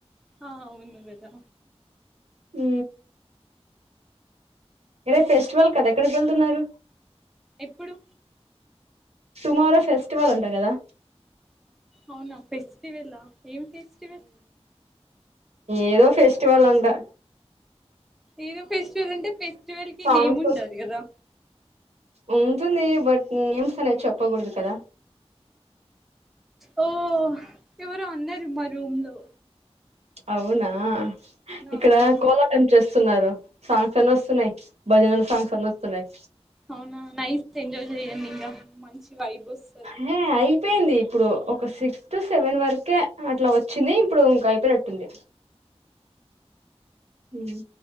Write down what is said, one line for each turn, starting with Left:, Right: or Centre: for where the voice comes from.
Centre: ఆవును బేదా
Right: హ అరే ఫెస్టివల్ కదా ఎక్కడికి వెళ్తున్నారు
Centre: ఎప్పుడు
Right: టుమారో ఫెస్టివల్ ఉంటాయి కదా
Centre: అవునా ఫెస్టివెల్ ఏం ఫెస్టివల్
Right: ఏదో ఫెస్టివల్ ఉంటా
Centre: ఏదో ఫెస్టివల్ అంటే ఫెస్టివల్ కి
Right: సాంగ్స్
Centre: నేమ్ ఉంటది
Right: వస్
Centre: కదా
Right: ఉంటుంది బట్ నేమ్స్ అనే చెప్పకూడదు కదా
Centre: ఓ ఎవరో అన్నారు మా రూమ్ లో
Right: అవునా
Centre: నా
Right: ఇక్కడ కోలాటం చేస్త స్తున్నారు సాంగ్స్ వినస్తున్నాయి భజనా సాంగ్స్ వినస్తున్నాయి
Centre: అవునా నైస్ ఎంజాయ్ చెయండి ఇంకా మంచి వైబ్ వస్తాది
Right: హే అయిపోయింది ఇప్పుడు ఒక సిక్స్ టు సెవెన్ వరకే అట్లా వచ్చింది ఇప్పుడు ఇంక అయిపోయినట్టుంది హమ్